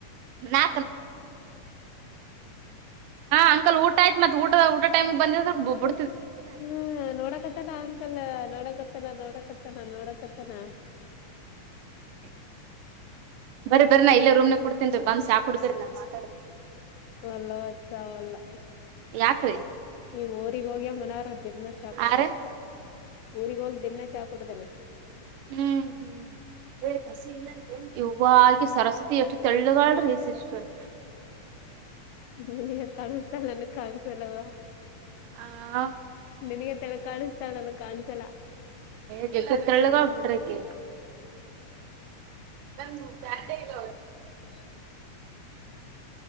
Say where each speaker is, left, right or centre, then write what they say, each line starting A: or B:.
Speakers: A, on the right; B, on the left.
A: ನಾ ಅಂಕಲ್ ಊಟ ಆಯ್ತು ಮತ್ತೆ ಊಟ ಊಟ <unintelligible> ಬಂದ ಬಬ್ಬ
B: ಹ್ಮ್ ನೋಡಕತ್ತನ ಅಂಕಲ್ ನೋಡಕತ್ತನ ನೋಡಕತ್ತನ ನೋಡಕತ್ತನ
A: <unintelligible> ಬರಾ ಇಲ್ಲೇೂಮ್ ನ ಕುಡ್ತನ್ ಬಂದ ಸಾಕ ಕುಡಡ್ಬರ ನಾ ಮಾತಾಡೆ
B: ಮಲ್ಲವಚ್ಚಾವಲ್ಲ
A: ಯಾಕ್ರೀ
B: ನೀವ ಊಗ್ ಹೋಗ್ಯ ಮನಾರ ದಿನ ಚಾ ಕುಡತನನೆ
A: ಆ ರೀ
B: ಊರಿಗ ಹೋಗಿ ದಿನಾ ಚಾ ಕುಡ್ದೇನೆ
A: ಹ್ಮ್ ಹ್ಮ್ ಹೇಳಿ ಕಸಿ ಇ ಇ ಸರಸ್ವತಿ ಎಷ್ಟು ತೆಳ್ಳುಗಳ್ರಿ ಸಿಸ್ಟರ್.
B: ಬೆಳಗಿನ ಕಾಣಿಸತಲ್ಲ ನನ್ಗ್ ಕಾಣಸಲ್ಲವ
A: ಆ
B: ನಿನಗ ಕಾಣಿಸ್ತಾ ನನಗ್ ಕಾಣಸಲ್ಲ.
A: ಕ್ಕೆ ಎ ತ್ರಳ್ಳ ಆಗ್ಬಿಟ್ರಿಡರಕ್ಕೆ. ನಮ ಪಟ ಇಲ್ಲ.
B: ಇಲ್ಲ <inaudible>